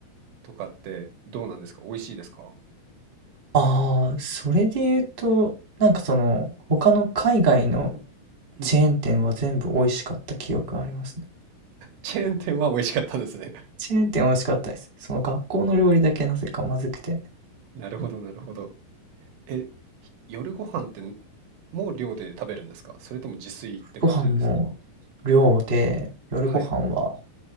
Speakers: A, on the right; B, on the right.
A: とかってどうなんですか美味しいですか
B: ああ、それで言うと、なんかその、他の海外の
A: うん。
B: チェーン店は全部美味しかった記憶がありますね。
A: チェーン店は美味しかったんですね。
B: チェーン店美味しかったです。その学校の料理だけなぜかまずくて。
A: <laughs> なるほど、なるほど。え、夜ご飯ってもう寮で食べるんですかそれとも自炊って感じですか
B: ご飯も量で、夜ご飯は、
A: はいはい。